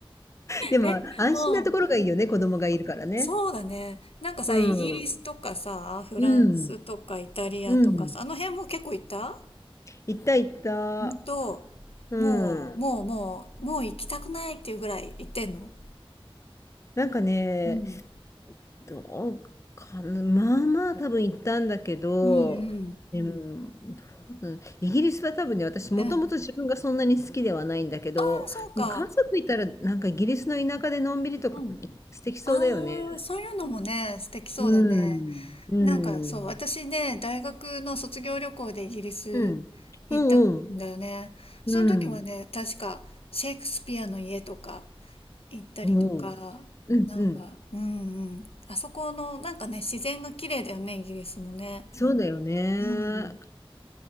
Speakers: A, on the left; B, on the left.
A: でも、
B: え、
A: 安心なところがいいよね。
B: うん。うん。
A: 子供がいるからね。
B: そうだね。なんかさ、
A: うん。
B: イギリスとかさ、フランスとかイタリアとかさ、
A: うん。うん。
B: あの辺も結構行った
A: 行った行った。
B: うんと、
A: うん。
B: もう、もう、もう、もう行きたくないっていうぐらい行ってんの
A: なんかね、
B: うん。
A: どうかな、まあまあ多分行ったんだけど、
B: うん、うん。
A: でも、どうだイギリスは多分ね、私もともと自分がそんなに好きではないんだけど、
B: うん。ああ、そうか。
A: 家族いたらなんかイギリスの田舎でのんびりとか素敵そうだよね。
B: うん。ああ、そういうのもね、素敵そうだね。
A: うん、うん、
B: なんかそう、
A: うん、
B: 私ね、大学の卒業旅行でイギリス行ったんだよね。
A: うん、うん、
B: その時はね、
A: うん、
B: 確かシェイクスピアの家とか、行ったりとか、
A: うん、うん、
B: なんか、
A: うん、
B: うんうん。あそこの、なんかね、自然が綺麗だよね、イギリスもね。
A: そうだよね。
B: うん。